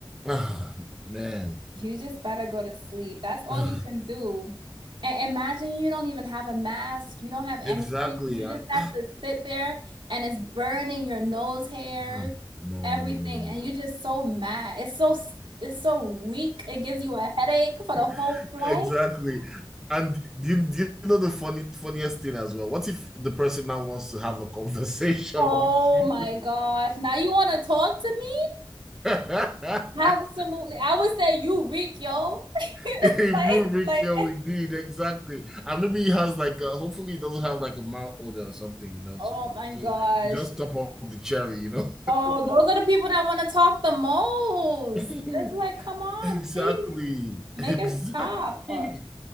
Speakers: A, in the centre; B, on the right (about 70°).
A: ah, man.
B: You just better go to sleep. That's all
A: <sighs>
B: you can do. And imagine you don't even have a mask. You don't have anything.
A: Exactly.
B: You
A: And
B: just have to sit there and it's burning your nose hairs,
A: ah, no,
B: everything.
A: no, no,
B: And
A: no,
B: you're just so mad. It's so, it's so weak. It gives you a headache for the
A: no.
B: whole
A: <laughs>
B: flight.
A: Exactly. And do you, do you know the funny funniest thing as well? What if the person now wants to have a <laughs> conversation
B: Oh
A: with you?
B: my gosh. Now you want to talk to me?
A: <laughs>
B: Absolutely. I would say you reek, yo. <laughs>
A: <laughs> If
B: Like,
A: you make
B: like,
A: your indeed, exactly. And maybe he has like a, hopefully he doesn't have like a mouth odor or something, you know,
B: oh
A: to
B: my gosh.
A: to just top up the cherry, you know.
B: Oh, those are the people that want to talk the most.
A: <laughs>
B: It's like, come on,
A: Exactly.
B: please. Make
A: Exactly.
B: it stop. Oh,